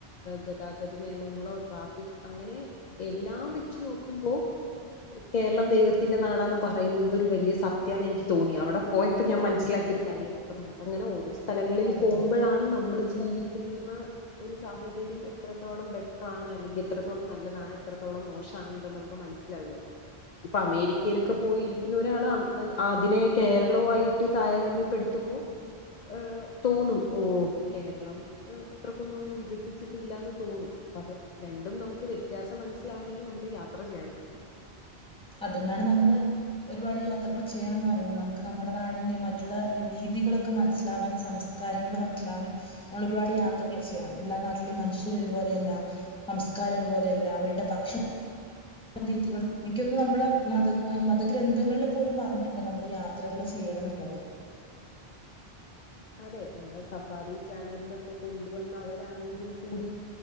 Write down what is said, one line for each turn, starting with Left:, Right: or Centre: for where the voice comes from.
Left: ഗതാഗത നിയമങ്ങളോ ട്രാഫിക് അങ്ങനെ എല്ലാം വെച്ച് നോക്കുമ്പോ കേരളം ദൈവത്തിന്റെ നാടാന്ന് പറയുന്നത് ഒരു വലിയ സത്യാന്ന് എനിക്ക് തോന്നി അവിടെ പോയപ്പോൾ ഞാൻ മനസ്സിലാക്കിയ ഒരു കാര്യ അ അപ്പ നമുക്കങ്ങനെ ഓരോ സ്ഥലങ്ങളിൽ
Centre: അതെ
Left: പോകുമ്പോഴാണ്
Centre: അതെ
Left: നമ്മൾ ജീവിക്കുന്ന ഒരു സാഹചര്യം എത്രത്തോളം ബെറ്ററാണ് അല്ലെങ്കിൽ എത്രത്തോളം നല്ല താണ് എത്രത്തോളം മോശം ആണ് എന്നത് നമുക്ക് മനസ്സിലാവുള്ളൂ ഇപ്പൊ അമേരിക്കയിലൊക്കെ പോയിരിക്കുന്ന ഒരാള് അത് കേരളവും ആയിട്ട് താരതമ്യപ്പെടുത്തുമ്പോ ഏഹ് തോന്നും ഓ കേരളം അത്രക്കൊന്നും വികസിച്ചിട്ടില്ലാന്ന് തോന്നും അപ്പ അത് രണ്ടും നമുക്ക് വ വ്യത്യാസം മനസ്സിലാവണമെങ്കിൽ നമ്മള് യാത്ര ചെയ്യണം
Centre: അതുകൊണ്ടാണ് നമ്മള് ഒരുപാട് യാത്രകൾ ചെയ്യണംന്ന് പറയുന്നത് നമുക്ക് നമ്മുടെ നാടിന്റെ മറ്റുള്ള രീതികളൊക്കെ മനസ്സിലാവാന് സംസ്ഥാ കാര്യങ്ങള് മനസ്സിലാവാനും നമ്മൾ ഒരുപാട് യാത്രകൾ ചെയ്യണം എല്ലാ നാട്ടിലും മനുഷ്യര് ഒരുപോലെയല്ല സംസ്‌കാരം ഒരുപോലെയല്ല അവരുടെ ഭക്ഷണം രീതികൾ എനിക്ക് തോന്ന്ന്നു നമ്മള് മത മതഗ്രന്ഥങ്ങളിൽ പോലും പറഞ്ഞിട്ടുണ്ട് നമ്മള് യാത്രകൾ ചെയ്യ ണന്നുള്ളത്
Left: അതെ നമ്മുടെ സഫാരി ചാനലിലൊക്കെ കൊണ്ടുവന്നവരാണെങ്കിൽ കൂടി